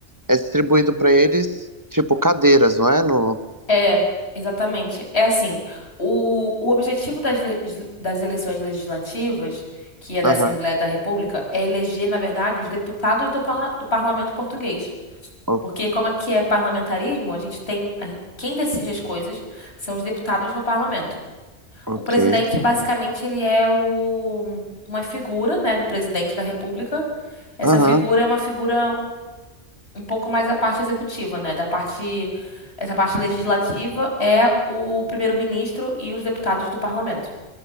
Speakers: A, on the right (about 15°); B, on the left (about 60°).
A: É distribuído pra eles, tipo, cadeiras, não é? No...
B: É, exatamente. É assim, o, o objetivo das, le- das eleições legislativas, que é da
A: Aham.
B: Assembleia da República, é eleger, na verdade, os deputados do, parla- do parlamento português.
A: Ok,
B: Porque como é que é parlamentarismo, a gente tem, a gen- quem decide as coisas são os deputados no parlamento.
A: ok.
B: O presidente, basicamente, ele é o, uma figura, né, do presidente da República. Essa
A: Aham,
B: figura é uma figura um pouco mais da parte executiva, né? Da parte, essa parte legislativa é o primeiro-ministro e os deputados do parlamento.